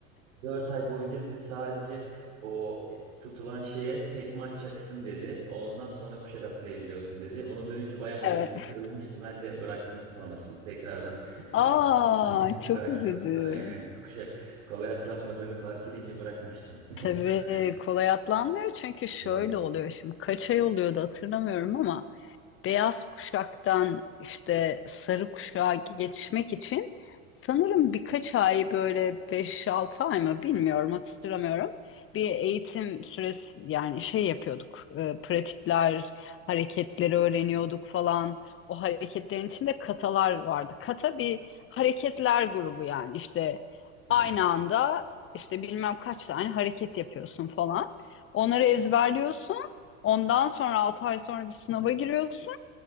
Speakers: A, on the right (about 75°); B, on the left (about 30°).
A: 4 ay boyunca dedi sadece o tutulan şeye tekme atacaksın dedi. Ondan sonra kuşak atlayabiliyorsun dedi. Onu duyunca bayağı hevesim
B: Evet.
A: kırılmıştı. Ben de bıraktım sonrasında tekrardan <laughs>
B: Aa,
A: gitmeyi
B: çok
A: bıraktım.
B: üzücü.
A: Aynen kuşak kolay atlanmadığını fark edince bırakmıştım. <laughs>
B: Tabii
A: Aynen.
B: kolay atlanmıyor çünkü şöyle
A: Evet.
B: oluyor şimdi. Kaç ay oluyordu hatırlamıyorum ama beyaz kuşaktan işte sarı kuşağa geçmek için sanırım birkaç ay böyle beş altı ay mı bilmiyorum hatırlamıyorum. Bir eğitim süresi yani şey yapıyorduk e, pratikler hareketleri öğreniyorduk falan. O hareketlerin içinde katalar vardı. Kata bir hareketler grubu yani işte
A: Evet.
B: aynı anda işte bilmem kaç tane hareket yapıyorsun falan. Onları ezberliyorsun. Ondan sonra 6 ay sonra bir sınava giriyorsun.